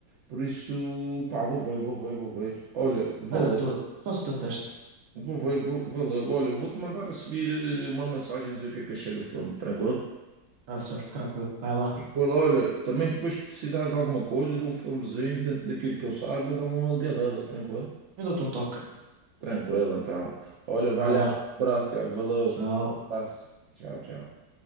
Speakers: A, on the right; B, on the right.
A: Por isso, pá, vou ver, vou ver, vou ver. Olha, valeu.
B: Olha, tu, faz o teu teste.
A: Vou ver, vou, valeu. Olha, eu vou-te mandar a seguir eh, uma mensagem a dizer o que é que achei do filme, tranquilo?
B: Está-se bem, tranquilo. Vai lá.
A: Well, olha, também depois se precisares de alguma coisa, de um filmezinho, dentro daquilo que eu saiba, dá-me uma ligadela, tranquilo?
B: Eu dou-te um toque.
A: Tranquilo, então. Olha, vai
B: Vai
A: lá.
B: lá.
A: Abraço, Tiago, valeu.
B: Tchau.
A: Um Abraço. Tchau, tchau.